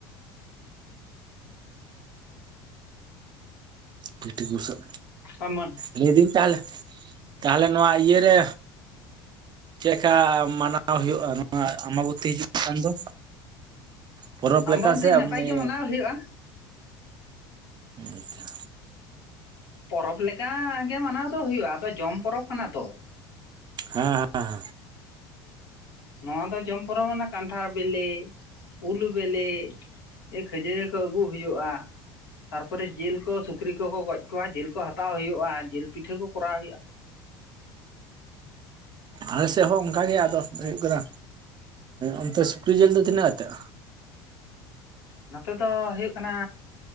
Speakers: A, on the right (about 35°); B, on the left (about 75°).
A: ᱛᱤ ᱛᱤ ᱵᱩᱥᱟᱜ
B: ᱠᱚᱨᱟᱣᱟ
A: ᱞᱟᱹᱭ ᱫᱟᱹᱧ ᱛᱟᱦᱚᱞᱮ, ᱛᱟᱦᱚᱞᱮ ᱱᱚᱣᱟ ᱤᱭᱟᱹ ᱨᱮ ᱪᱮᱫ ᱞᱮᱠᱟ ᱢᱟᱱᱟᱣ ᱦᱩᱭᱩᱜᱼᱟ ᱱᱚᱣᱟ ᱟᱢᱢᱟᱵᱚᱛᱤ ᱦᱤᱡᱩᱜ ᱠᱟᱱ ᱫᱚ? ᱯᱚᱨᱚᱵᱽ
B: ᱟᱢᱵᱟᱵᱚᱛᱤ
A: ᱞᱮᱠᱟ ᱥᱮ
B: ᱱᱟᱯᱟᱭ
A: ᱮᱢᱱᱤ?
B: ᱜᱮ ᱢᱟᱱᱟᱣ ᱦᱩᱭᱩᱜᱼᱟ
A: ᱟᱪᱪᱷᱟ
B: ᱯᱚᱨᱚᱵᱽ ᱞᱮᱠᱟ ᱜᱮ ᱢᱟᱱᱟᱣ ᱫᱚ ᱦᱩᱭᱩᱜᱼᱟ ᱟᱫᱚ ᱡᱚᱢ ᱯᱚᱨᱚᱵᱽ ᱠᱟᱱᱟ ᱛᱚ ᱾
A: ᱦᱮᱸ ᱦᱮᱸ ᱾
B: ᱱᱚᱣᱟ ᱫᱚ ᱡᱚᱢ ᱯᱚᱨᱚᱵ ᱢᱟᱱᱮ ᱠᱟᱱᱴᱷᱟᱲ ᱵᱮᱞᱮ ᱩᱞ ᱵᱮᱞᱮ ᱮᱻ ᱠᱷᱟᱹᱡᱟᱹᱲᱤ ᱠᱚ ᱟᱹᱜᱩ ᱦᱩᱭᱩᱜᱼᱟ ᱾ ᱛᱟᱨᱯᱚᱨᱮ ᱡᱤᱞ ᱠᱚ ᱥᱩᱠᱨᱤ ᱠᱚᱠᱚ ᱜᱚᱡ ᱠᱚᱣᱟ ᱡᱤᱞ ᱠᱚ ᱦᱟᱛᱟᱣ ᱦᱩᱭᱩᱜᱼᱟ ᱾ ᱡᱤᱞ ᱯᱤᱴᱷᱟᱹ ᱠᱚ ᱠᱚᱨᱟᱣ ᱦᱩᱭᱩᱜᱼᱟ ᱾
A: ᱟᱞᱮᱥᱮᱫ ᱦᱚᱸ ᱚᱱᱠᱟ ᱜᱮ ᱟᱫᱚ ᱦᱩᱭᱩᱜ
B: ᱦᱮᱸ
A: ᱠᱟᱱᱟ ᱚᱱᱛᱮ ᱥᱩᱠᱨᱤ ᱡᱤᱞ ᱫᱚ ᱛᱤᱱᱟᱹᱜ ᱟᱛᱮᱜ?
B: ᱱᱚᱛᱮ ᱫᱚ ᱦᱩᱭᱩᱜ ᱠᱟᱱᱟ